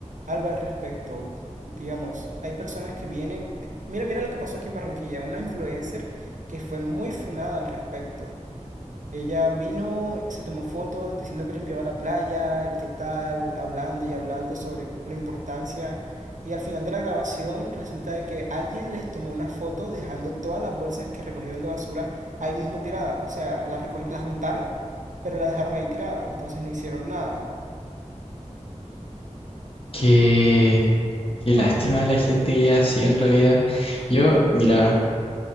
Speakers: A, on the right; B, on the left.
A: algo al respecto. Digamos, hay personas que vienen. di- Mira, mira lo que pasó aquí en Barranquilla. Una influencer que fue muy funada al respecto. Ella vino, se tomó fotos diciendo que limpiaba la playa, qué tal, hablando y hablando sobre la importancia. Y al final de la grabación resulta de que alguien les tomó una foto dejando todas las bolsas que recogieron de basura ahí mismo tiradas. O sea, las, recogi- las juntaron, pero las dejaron ahí tiradas. Entonces no hicieron nada.
B: Qué, qué lástima la gente que es así en realidad. Yo, mira.